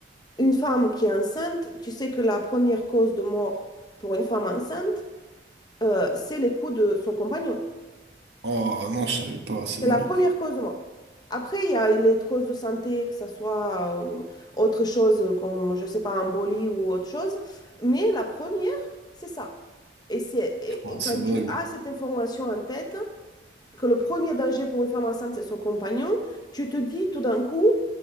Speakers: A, on the left; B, on the right.
A: une femme qui est enceinte, tu sais que la première cause de mort pour une femme enceinte, euh, c'est les coups de son compagnon.
B: Oh non, je savais pas, c'est
A: C'est
B: horrible.
A: la première cause de mort. Après, il y a les causes de santé, que ce soit euh, autre chose comme, je sais pas, embolie ou autre chose. Mais la première, c'est ça. Et c'est et-
B: Ah,
A: et quand
B: c'est horrible.
A: tu as cette information en tête, que le premier danger pour une femme enceinte, c'est son compagnon, tu te dis tout d'un coup,